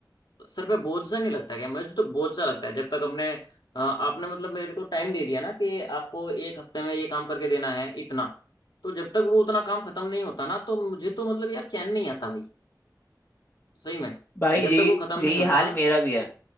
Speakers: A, on the left; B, on the left.
A: सर पे बोझ सा नहीं लगता है क्या मुझे तो बोझ सा लगता है जब तक अपने अ, आपने मतलब मेरे को टाइम दे दिया ना कि आपको एक हफ्ते में ये काम करके देना है इतना तो जब तक वो उतना काम खत्म नहीं होता ना तो मुझे तो मतलब यार चैन नहीं आता भाई सही में
B: भाई
A: जब
B: यही
A: तक वो खत्म नहीं
B: यही
A: होता
B: हाल मेरा भी है